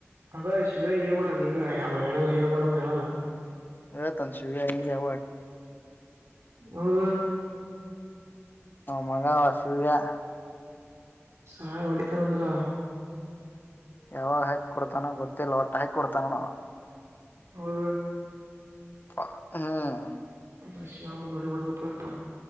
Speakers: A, on the right; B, on the left.
A: ಅದ ಶಿವ ಹೇಳ್ಬೇಡದು ಈಗ ಯಾವ ಹೇಳಲ್ಲ ಹೇಳ್ಬೇಡಂದ ಹೇಳಲ್ಲ
B: ಹೇಳುತ್ತೇನೆ ಅಂತ ಶಿವ್ಯಾ
A: ಹೌದಾ
B: ಮಗಾ ಶಿವ್ಯಾ
A: ಸಾಹ ಹೊಡಿತಾನಂದ್ರ
B: ಯಾವಾಗ ಹಾಕಿ ಗೊತ್ತಿಲ್ಲ ಒಟ್ಟ ಹಾಕ್ ಕೊಡ್ತಾನೋ
A: ಅದು
B: ಹ್ಮ್
A: ಅ ಶ್ಯಾಮು ನಡಿಬಾರ್ದಪ್ಪಪ್ಪ